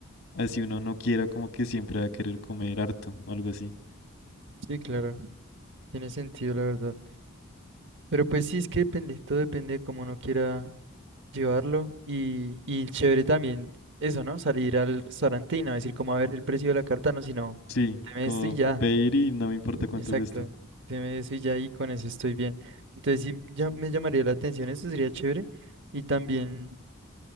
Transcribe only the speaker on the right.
sí, claro, tiene sentido la verdad. Pero pues sí, es que depende, todo depende de cómo uno quiera llevarlo y, y chévere también eso, ¿no? Salir al restaurante y no decir cómo a ver el precio de la carta, no, sino
deme
esto y ya.
Exacto,
tiene eso y ya ahí con eso estoy bien. Entonces sí ya me llamaría la atención, eso sería chévere. Y también,